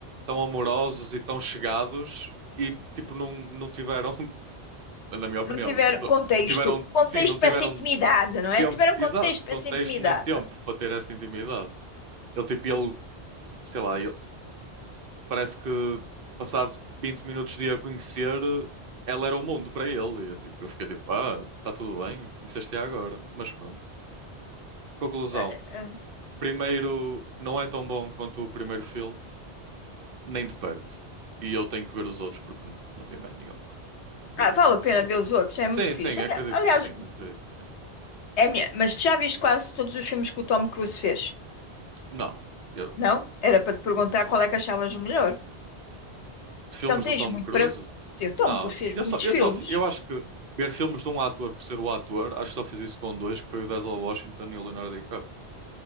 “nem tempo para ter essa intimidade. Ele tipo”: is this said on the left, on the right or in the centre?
Right